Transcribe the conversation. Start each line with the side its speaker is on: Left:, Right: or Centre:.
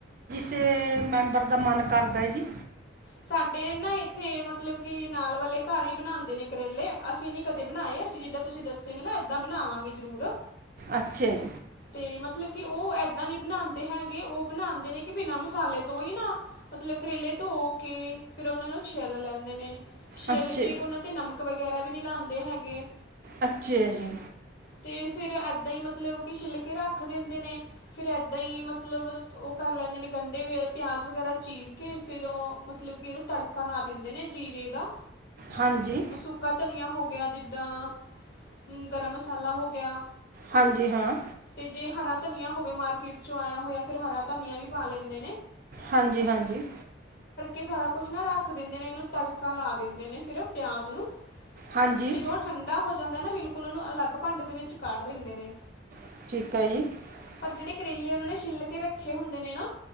Right: ਕਿਸੇ ਮੈਂਬਰ ਦਾ ਮਨ ਕਰਦਾ ਹੈ ਜੀ।
Left: ਸਾਡੇ ਨਾ ਇੱਥੇ ਮਤਲਬ ਕਿ ਨਾਲ ਵਾਲੇ ਘਰ ਹੀ ਬਣਾਂਦੇ ਨੇ ਕਰੇਲੇ ਅਸੀਂ ਨੀ ਕਦੇ ਬਣਾਏ। ਅਸੀਂ ਜਿੱਦਾਂ ਤੁਸੀਂ ਦੱਸੇ ਨੇ ਨਾ ਏਦਾਂ ਬਣਾਵਾਂਗੇ ਜ਼ਰੂਰ।
Right: ਅੱਛਾ ਜੀ।
Left: ਤੇ ਮਤਲਬ ਕਿ ਉਹ ਏਦਾਂ ਨੀ ਬਣਾਂਦੇ ਹੈਗੇ ਉਹ ਬਣਾਂਦੇ ਨੇ ਕਿ ਬਿਨਾਂ ਮਸਾਲੇ ਤੋਂ ਹੀ ਨਾ। ਮਤਲਬ ਕਰੇਲੇ ਧੋ ਕੇ ਫਿਰ ਉਹਨਾਂ ਨੂੰ ਛਿੱਲ ਲੈਂਦੇ ਨੇ ਛਿੱਲ
Right: ਅੱਛਾ
Left: ਕੇ ਉਹਨਾਂ 'ਤੇ ਨਮਕ। ਵਗੈਰਾ ਵੀ ਨੀ ਲਾਂਦੇ ਹੈਗੇ।
Right: ਅੱਛੇ ਹੈ ਜੀ।
Left: ਤੇ ਫਿਰ ਇੱਦਾਂ ਹੀ ਮਤਲਬ ਕਿ ਸ਼ਿਲ- ਰੱਖ ਦਿੰਦੇ ਨੇ ਫਿਰ ਏਦਾਂ ਹੀ ਮਤਲਬ ਉਹ ਕਰ ਲੈਂਦੇ ਨੇ ਗੰਢੇ ਪਿਆਜ਼ ਵਗੈਰਾ ਚੀਰ। ਫੇਰ ਉਹ ਮਤਲਬ ਕਿ ਉਹਨੂੰ ਤੜਕਾ ਲਾ ਦਿੰਦੇ ਨੇ ਜੀਰੇ ਦਾ।
Right: ਹਾਂਜੀ।
Left: ਸੁੱਕਾ ਧਨੀਆ ਹੋ ਗਿਆ ਜਿੱਦਾਂ ਗਰਮ ਮਸਾਲਾ ਹੋ ਗਿਆ।
Right: ਹਾਂਜੀ ਹਾਂ।
Left: ਤੇ ਜੇ ਹਰਾ ਧਨੀਆ ਹੋਵੇ ਮਾਰਕੀਟ ਚ ਆਇਆ ਹੋਇਆ ਫਿਰ ਹਰਾ ਧਨੀਆ ਵੀ ਪਾ ਲੈਂਦੇ ਨੇ।
Right: ਹਾਂਜੀ ਹਾਂਜੀ
Left: ਏ ਸਾਰਾ ਕੁਛ ਨਾ ਰੱਖ ਦਿੰਦੇ ਨੇ ਇਹਨੂੰ ਤੜਕਾ ਲਾ ਦਿੰਦੇ ਨੇ ਫਿਰ ਪਿਆਜ਼ ਨੂੰ
Right: ਹਾਂਜੀ
Left: ਜਦੋਂ ਉਹ ਠੰਡਾ ਹੋ ਜਾਂਦਾ ਨਾ ਬਿਲਕੁਲ ਉਹਨੂੰ ਅਲੱਗ ਭੰਡੇ ਦੇ ਵਿੱਚ ਕੱਢ ਦਿੰਦੇ ਨੇ
Right: <inaudible>
Left: ਜੇੜੇ ਕਰੇਲੇ ਉਹਨਾਂ ਨੇ ਛਿੱਲ ਕੇ ਰੱਖੇ ਹੁੰਦੇ ਨੇ ਨਾ।